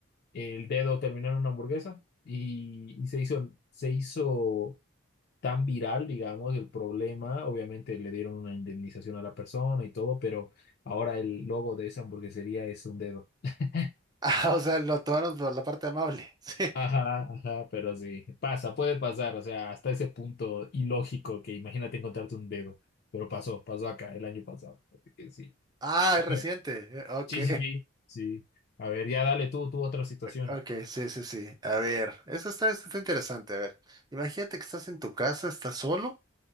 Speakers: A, on the left; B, on the right.
A: el dedo terminó en una hamburguesa y, y se hizo, se hizo tan viral, digamos, el problema. Obviamente le dieron una indemnización a la persona y todo, pero ahora el logo de esa hamburguesería es un dedo. <laughs>
B: <laughs> Ah, o sea, lo tomaron por la parte amable. <laughs> Sí.
A: Ajá, ajá, pero sí, pasa, puede pasar, o sea, hasta ese punto ilógico que imagínate encontrarte un dedo, pero pasó, pasó acá el año pasado, así que sí.
B: Ah,
A: A
B: es reciente.
A: ver,
B: eh, Ok.
A: Sí, sí, sí, sí. A ver, ya dale tú, tú otra situación.
B: O- Ok, sí, sí, sí. A ver, eso está, eso está interesante. A ver, imagínate que estás en tu casa, estás solo